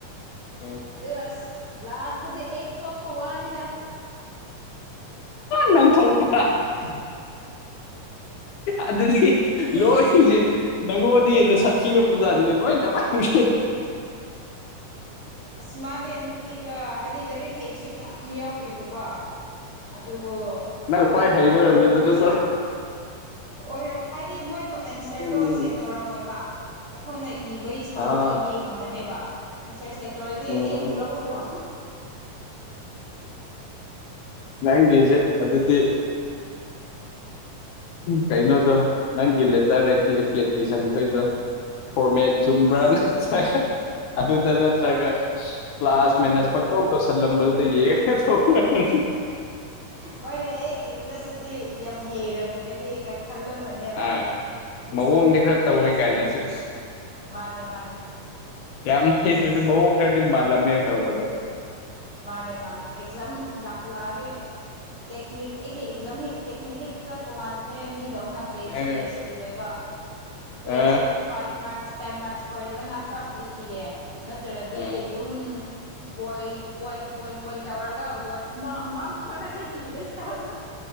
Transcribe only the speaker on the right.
ꯑꯗꯨꯒ ꯑꯁ ꯂꯥꯁꯇꯗꯤ ꯑꯩ ꯊꯣꯛꯄ ꯋꯥꯅꯤꯗ
<inaudible>
ꯎꯝ
ꯑꯁ ꯃꯅꯦ ꯅꯨꯄꯤꯒ ꯍꯥꯏꯗꯤ ꯂꯥꯏꯔꯤꯛ ꯍꯩꯕꯁꯨ ꯌꯥꯝ ꯌꯥꯎꯔꯤꯕꯀꯣ ꯑꯗꯨꯕꯨ ꯈꯪꯗꯦ
ꯀꯃꯥꯏ
ꯇꯧꯔꯤꯅꯣ
ꯃꯣꯏꯁꯦ
ꯑꯣꯏꯔ ꯍꯥꯏꯗꯤ ꯃꯣꯏꯗꯣ ꯑꯟꯁꯔꯗꯣ
ꯆꯦꯛ ꯇꯧꯔꯝꯃꯣꯏꯕ ꯑꯩꯈꯣꯏꯅ ꯏꯕꯒꯤ ꯏꯁꯇꯥꯏꯜꯗꯣ
ꯌꯦꯡꯉꯝꯃꯅꯦꯕ ꯑꯟꯁꯔ ꯆꯦꯛ ꯇꯧꯔꯗꯤ
ꯑꯩꯕꯨ ꯂꯧꯒꯗ꯭ꯔꯣ
ꯑꯁ
ꯐꯣꯔꯃꯦꯠ
ꯎꯝ
ꯃꯣꯏꯅ ꯑꯦꯛ ꯌꯦꯡꯗ ꯁꯤꯗꯤ ꯌꯥꯝ ꯍꯩꯔꯝꯒꯅꯤꯒ ꯈꯜꯂꯝꯃ ꯅꯦꯕ
ꯑꯗꯨꯁꯨ
ꯐꯨꯜ
ꯄꯦꯁꯅꯤ
ꯃꯥꯅꯦ ꯃꯥꯅꯦ
ꯑꯁ
ꯃꯥꯅꯦ ꯃꯥꯅꯦ ꯑꯦꯛꯖꯥꯝ ꯂꯥꯛꯄꯨ ꯂꯥꯛꯑꯗꯤ ꯇꯦꯛꯅꯤꯛ ꯑꯩꯒꯤ ꯑꯦꯛꯖꯥꯝꯒꯤ ꯇꯦꯛꯅꯤꯛꯇꯤꯛ ꯈꯔ ꯇꯣꯉꯥꯟꯕꯅꯦ ꯃꯤꯗꯧꯅ ꯄꯦꯠꯁ
ꯄꯦꯠꯁ ꯔꯦꯕꯥ ꯄꯦꯠꯁ
ꯐꯥꯏꯚ ꯃꯥꯔꯛꯁ ꯇꯦꯟ ꯃꯥꯔꯛꯁ ꯑꯣꯏꯔꯒꯅ ꯈ꯭ꯔꯕꯨꯗꯤ ꯏꯌꯦ ꯅꯠꯇ꯭ꯔꯗꯤ
ꯑꯗꯨꯝ ꯄꯣꯏꯟ ꯄꯣꯏꯟ ꯄꯣꯏꯟ ꯄꯣꯏꯟ ꯇꯧꯔꯒ ꯋꯥꯔꯗꯁ ꯑꯃ ꯑꯃ ꯑꯃꯒꯗ ꯏꯕ ꯏꯁꯇꯥꯜꯗ